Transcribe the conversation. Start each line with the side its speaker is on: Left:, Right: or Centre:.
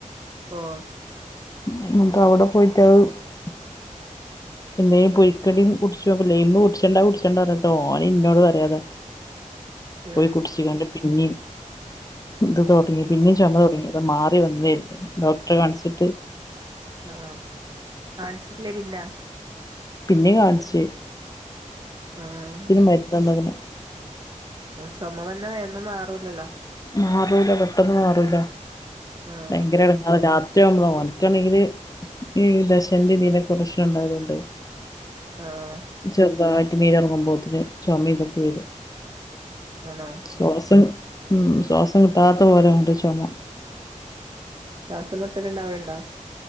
Right: ഓഹ്
Left: <unintelligible> <unintelligible> ലൈമ് കുട്ച്ചെണ്ട കുട്ചെണ്ടാ പറഞ്ട്ട് ഓന് ഇന്നോട് പറയാതെ
Right: ഉം
Left: പോയി കുട്ച്ച്കാണ്ട് പിന്നിം ത് തൊടങ്ങി പിന്നിം
Right: ആ
Left: ചുമ തൊടങ്ങി അത് മാറി വന്നർന്നു ഡോക്ടറെ കാണ്ച്ചിട്ട്
Right: ആഹ് കാണ്ച്ചിട്ടില്ലേ പിന്ന
Left: പിന്നെ കാണ്ച്ച്
Right: ആഹ്
Left: മരുന്നന്ന്ക്ക്ണ്
Right: ചൊമവെന്നാ വേകൊന്നും മാറൂലല്ലോ
Left: മാറൂല പെട്ടെന്ന് മാറൂല
Right: ആ
Left: ഭയങ്കര എടങ്ങേറാ രാത്രിയാവുമ്പോ ഓൻക്കാണെങ്കില് ഇഹ്‌ ദശന്റീതിന്റൊക്കെ പ്രസ്‌നണ്ടായതോണ്ട്
Right: ആഹ്
Left: ചെറുതായിട് നീര്റങ്ങുമ്പോത്തിന് ച്ചോമിം തൊക്കെ വരും
Right: ആണോ
Left: ശ്വാസം ഉം ശ്വാസം കിട്ടാത്ത പോലെ ഓന്റെ ചൊമ
Right: ശ്വാസം മുട്ടല്ണ്ടാവേല്ണ്ടോ